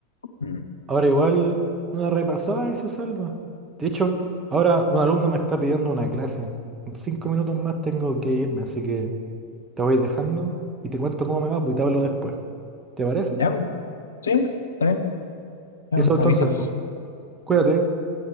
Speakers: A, on the left; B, on the right.
A: mm,
B: Ahora igual una repasada y se salva. De hecho, ahora un alumno me está pidiendo una clase. En cinco minutos más tengo que irme, así que Te voy dejando y te cuento cómo me va, pues y te hablo después. ¿Te parece?
A: ya, pues, sí, está bien, ya,
B: Eso
A: pues,
B: entonces,
A: me avisas.
B: pues. Cuídate.